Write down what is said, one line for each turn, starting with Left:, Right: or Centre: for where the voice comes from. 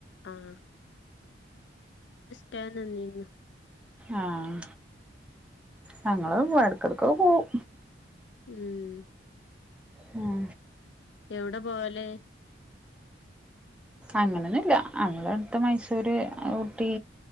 Left: ആഹ് ൻ്റെ നിന്നീനു
Centre: ആഹ് ഞങ്ങള് എടക്കെടക്കൊക്കെ പോവും
Left: ഉം
Centre: ഉം
Left: എവിടെ പോവല്
Centre: അങ്ങനൊന്നില്ല അങ്ങളെ അട്ത്ത് മൈസൂര് ഊട്ടി